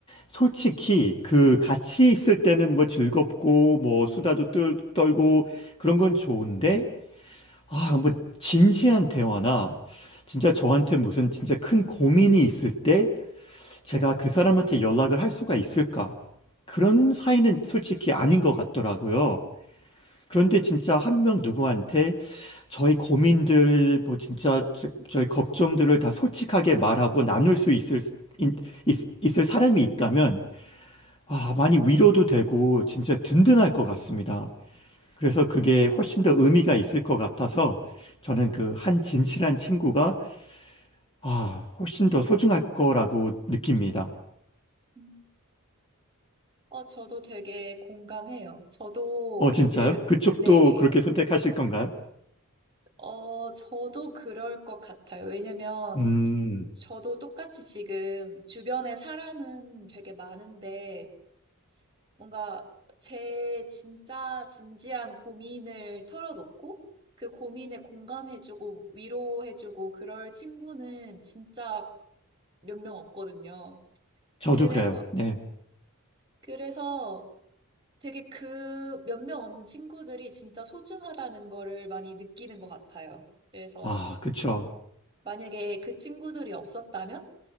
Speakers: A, on the left (about 25°); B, on the right (about 20°).
A: 솔직히 그 같이 있을 때는 뭐 즐겁고 뭐 수다도 떨, 떨고 그런 건 좋은데 아, 뭐 진지한 대화나 진짜 저한테 무슨 진짜 큰 고민이 있을 때 제가 그 사람한테 연락을 할 수가 있을까? 그런 사이는 솔직히 아닌 것 같더라고요. 그런데 진짜 한 명 누구한테 저희 고민들, 뭐 진짜 저- 저희 걱정들을 다 솔직하게 말하고 나눌 수 있을, 있, 있- 있을 사람이 있다면 아, 많이 위로도 되고 진짜 든든할 것 같습니다. 그래서 그게 훨씬 더 의미가 있을 것 같아서 저는 그 한 진실한 친구가 아, 훨씬 더 소중할 거라고 느낍니다.
B: 음. 어, 저도 되게 공감해요. 저도
A: 어, 진짜요?
B: 이 밸,
A: 그쪽도
B: 네.
A: 그렇게 선택하실 건가요?
B: 어, 저도 그럴 것 같아요. 왜냐면
A: 음,
B: 저도 똑같이 지금 주변에 사람은 되게 많은데 뭔가 제 진짜 진지한 고민을 털어놓고 그 고민에 공감해주고 위로해주고 그럴 친구는 진짜 몇 명 없거든요.
A: 저도
B: 그래서,
A: 그래요. 네.
B: 그래서 되게 그 몇 명 없는 친구들이 진짜 소중하다는 거를 많이 느끼는 것 같아요. 그래서
A: 아, 그쵸.
B: 만약에 그 친구들이 없었다면